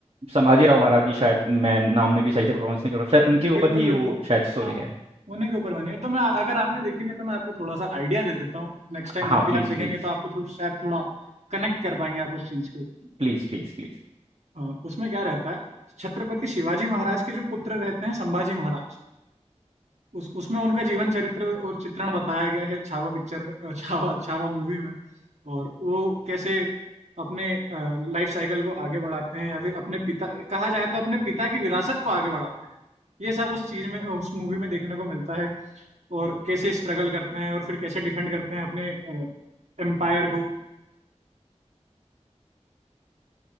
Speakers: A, on the right; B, on the right.
A: संभाजी राव महाराज जी शायद मैं नाम में भी सही से प्रोनाउंस नहीं कर रहा शायद
B: नहीं,
A: उनके ऊपर
B: बिल्कुल
A: ही
B: बिल्कुल
A: वो शायद स्टोरी
B: हाँ
A: है
B: उन्हीं के ऊपर बनी है तो मैं अगर आपने देखी नहीं है, तो मैं आपको थोड़ा सा आइडिया दे देता हूँ नेक्स्ट टाइम
A: हाँ
B: जब भी
A: Please
B: आप देखेंगे
A: please
B: तो आपको थोड़ा शायद थोड़ा कनेक्ट कर पाएंगे आप उस चीज को
A: please Please please
B: अ, उसमें क्या रहता है छत्रपति शिवाजी महाराज के जो पुत्र रहते हैं संभाजी महाराज उस उसमें उनका जीवन चरित्र और चित्रण बताया गया है छावा पिक्चर में अ, छावा छावा मूवी में और वो कैसे अपने लाइफ साइकिल को आगे बढ़ाते हैं या फिर अपने पिता कहा जाए तो अपने पिता की विरासत को आगे बढ़ाते हैं ये सब उस चीज में उस मूवी में देखने को मिलता है और कैसे स्ट्रगल करते हैं और फिर कैसे डिफेंड करते हैं अपने एम्पायर को